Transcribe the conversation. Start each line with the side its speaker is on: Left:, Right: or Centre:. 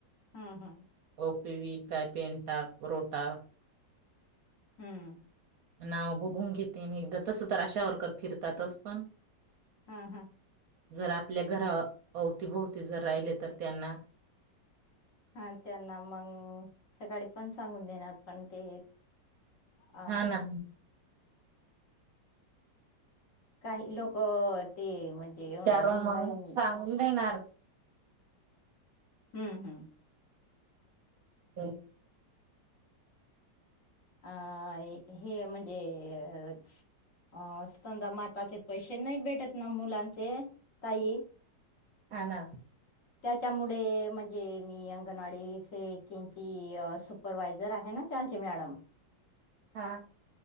Left: हं हं.
Right: <unintelligible>
Left: हम्म.
Right: नाव बघून घेते आणि एकदा तस तर आशा वरकर फिरतातच पण
Left: हा हा
Right: जर आपल्या घरा अवतीभोवती जर राहिले तर त्यांना
Left: हा त्यांना मंग सकाळी पण सांगून देणार पण ते अ
Right: हा ना.
Left: काही लोक ते म्हणजे
Right: विचारून
Left: ऑनलाईन
Right: मग सांगून देणार
Left: हम्म हम्म.
Right: <unintelligible>
Left: आय हे म्हणजे अ अ स्तनदा माताचे पैसे नाही भेटत ना मुलांचे ताई?
Right: हा ना.
Left: त्याच्या मुडे म्हणजे मी अंगणवाडी सेविकेंची सुप्रवायझर आहे ना. त्यांच्या मॅडम
Right: हा.